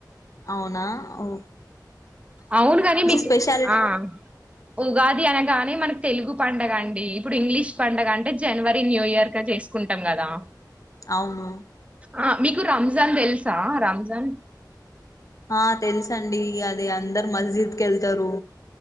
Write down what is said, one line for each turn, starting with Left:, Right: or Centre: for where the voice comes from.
Left: అవునా ఓ
Right: అవును కాని మీకు
Left: స్పెషాలిటీ
Right: ఆ ఉగాది అన గానే మనకు తెలుగు పండగ అండి ఇప్పుడు ఇంగ్లీష్ పండగ అంటే జనవరి న్యూ ఇయర్ గా చేసుకుంటాం కదా
Left: అవును
Right: ఆ మీకు రంజాన్ తెలుసా రంజాన్
Left: ఆ తెలుసు అండి అద అందరు మస్జిద్కి వెళ్తారు